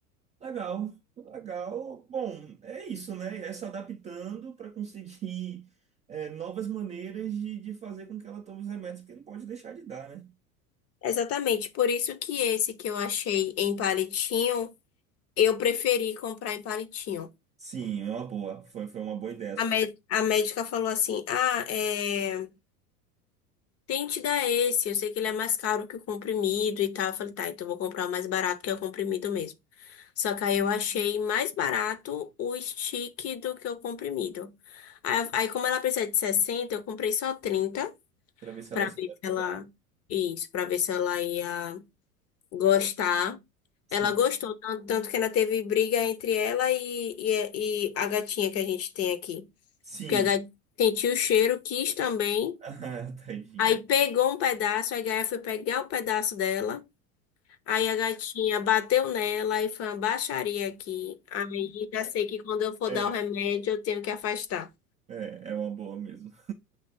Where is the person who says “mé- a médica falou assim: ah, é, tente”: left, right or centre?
Left